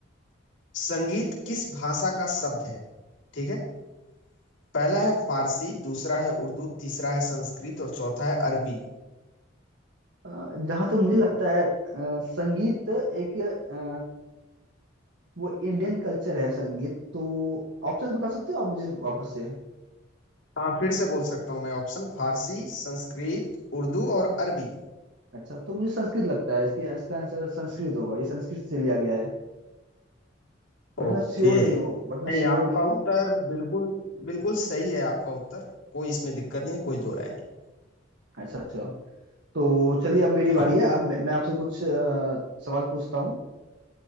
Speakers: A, on the left (about 75°); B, on the right (about 65°).
A: संगीत किस भाषा का शब्द है ठीक है पहला है फारसी दूसरा है उर्दू तीसरा है संस्कृत और चौथा है अरबी
B: जहां तक मुझे लगता है अ, संगीत एक अ, वो इंडियन कल्चर है संगीत तो ऑप्शंस बता सकते हो आप मुझे वापस से
A: हाँ फिर से बोल सकता हूँ मैं ऑप्शन फारसी संस्कृत उर्दू और अरबी
B: अच्छा तो मुझे संस्कृत लगता है इसकी इसका आंसर संस्कृत होगा ये संस्कृत से लिया गया है बट
A: ओके
B: मैं श्योर नहीं हूँ बट मैं
A: नहीं
B: श्योर
A: आपका
B: नहीं हूँ
A: उत्तर बिल्कुल बिल्कुल सही है आपका उत्तर कोई इसमें दिक्कत नहीं है कोई दो राय नहीं
B: अच्छा अच्छा तो चलिए अब मेरी
A: हाँ
B: बारी है अब मैं मैं आपसे कुछ अ, सवाल पूछता हूँ